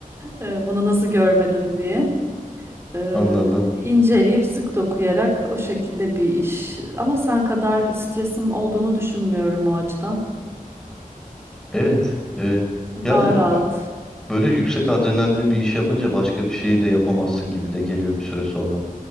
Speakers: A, on the right; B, in the centre.
A: E, bunu nasıl görmedin diye. E,
B: anladım.
A: inceleyip sık dokuyarak o şekilde bir iş. Ama sen kadar stresim olduğunu düşünmüyorum o açıdan.
B: Evet. Evet.
A: Daha
B: Ya e,
A: rahat.
B: böyle yüksek adrenalinle bir iş yapınca başka bir şeyi de yapamazsın gibi de geliyor bir süre sonra.